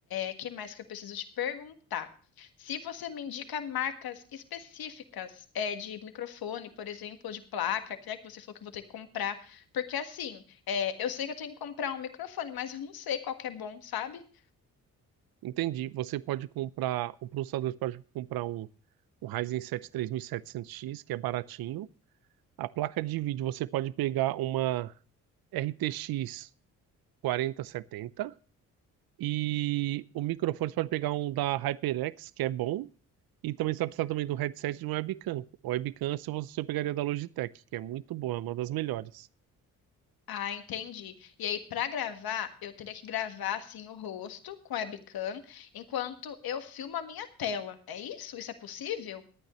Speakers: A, on the left (about 70°); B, on the right (about 70°).
A: O que mais que eu preciso te perguntar? Se você me indica marcas específicas, eh, de microfone, por exemplo, ou de placa, que é que você falou que eu vou ter que comprar, porque assim. É, eu sei que eu tenho que comprar um microfone, mas eu não sei qual que é bom, sabe?
B: Entendi. Você pode comprar, o processador pode comprar um, um Ryzen 7 3700X, que é baratinho. A placa de vídeo você pode pegar uma RTX 4070 e o microfone você pode pegar um da HyperX, que é bom. E também você vai precisar também do headset e de uma webcam. A webcam é se você você pegaria da Logitech, que é muito boa, é uma das melhores.
A: Ah, entendi. E aí, pra gravar, eu teria que gravar assim o rosto com a webcam enquanto eu filmo a minha tela. É isso? Isso é possível?